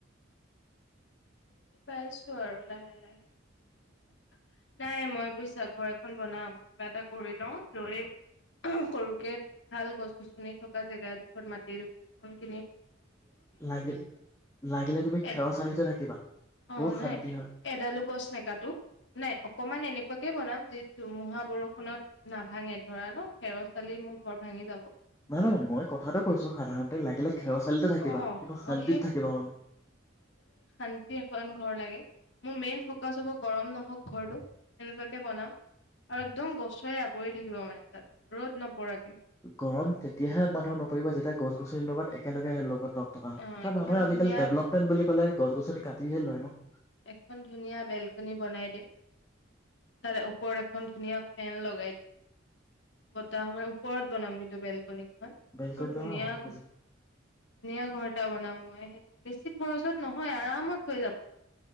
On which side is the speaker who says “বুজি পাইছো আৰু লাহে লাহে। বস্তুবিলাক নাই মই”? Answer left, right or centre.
Left